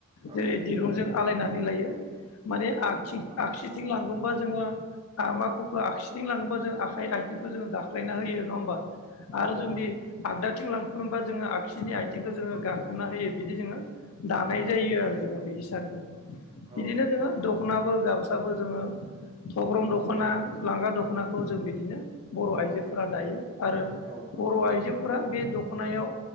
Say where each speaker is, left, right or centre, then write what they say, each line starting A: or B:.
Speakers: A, on the right; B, on the left.
A: औ
B: जेरै दिरुंजों आलायनानै लायो माने आ थिं
A: औ
B: आगसिथिं लांगोमबा जोङो आ माखुखो आखसिथिं लाङोबा जों आखाइ आथिंखौ जोङो गाख्लायना होयो नङा ओमबा? आरो
A: औ
B: जोंदि
A: नंगौ
B: आगदाथिं लांखिबा जोङो आगसिनि आइथिंखौ जोङो गाखोना होयो बिदि जोङो दानाय
A: औ
B: जायो आरो जोङो बे हिसानखौ
A: औ
B: बिदिनो जोङो दख'नाबो, गामसाबो जोङो थग्रं दख दख'ना लांगा दख'नाखौ जों बिदिनो बर' आइजोफोरा दायो आरो।
A: औ
B: बर' आइजोफोरा बे दख दख'नायाव